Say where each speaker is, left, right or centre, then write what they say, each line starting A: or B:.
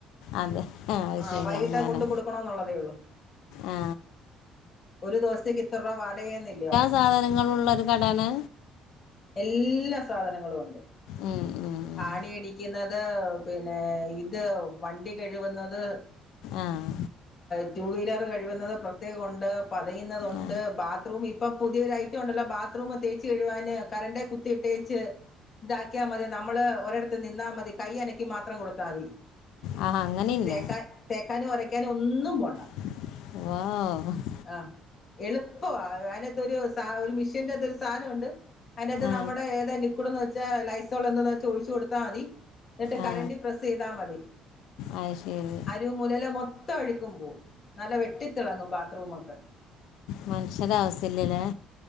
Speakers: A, on the left; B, on the left.
A: അതെ ആ അത്
B: ആഹ്
A: ശരി
B: വൈകിട്ട
A: അങ്ങനെ
B: കൊണ്ട് കൊടുക്കണന്നുള്ളതേ ഉള്ളു
A: ആ
B: ഒരു ദിവസത്തേക്ക് ഇത്രർവ വാടകന്നില്ലോ
A: സാധനങ്ങളുള്ള ഒരു കടാണ്
B: എല്ലാ സാധനങ്ങളൂണ്ട്
A: ഉം, ഉം, ഉം.
B: ആണിയടിക്കുന്നത് പിന്നെ ഇത് വണ്ടി കഴുകുന്നത്
A: ആഹ്
B: റ്റു വീലർ കഴികുന്നത് പ്രത്യേകംണ്ട് പതയുന്നത്ണ്ട്
A: ആ
B: ബാത്റൂമി പ്പൊ പുതിയൊരു ഐറ്റം ഉണ്ടല്ലോ ബാത്റൂം തേച്ച് കെഴുവാൻ കറന്റെ കുത്തി ഇട്ടേച്ച് താക്കിയാ മതി നമ്മള് ഒരടത്ത് നിന്നാ മതി കൈ അനക്കി മാത്രം കൊടുത്താ തി.
A: ആ അങ്ങനെയില്ല
B: തേക്കാ തേക്കാനോ ഒരക്കാനോ ഒന്നും പോണ്ട.
A: വാ
B: ആഹ് എളുപ്പവാ <unintelligible> രു സ ഒരു മിഷീന്റെകത്ത് ഒരു സാനണ്ട് അയിൻ്റ കത്ത്
A: ആ
B: നമ്മടെ ഏത ലിക്കുട്ന്നച്ചാ ലയ് <unintelligible> ഒഴിച്ച് കൊടുത്താ മതി ന്നട്ട് കരൻ്റ്
A: ആ
B: പ്രസ്സയ്താ മതി
A: അത് ശരി
B: അ മുലേലെ മൊത്തം അഴ്ക്കും പോവും നല്ല വെട്ടി തിളങ്ങും ബാത്റൂമ ഒക്കെ.
A: മൻഷ്യരെ ആസ്യല്ലലേ.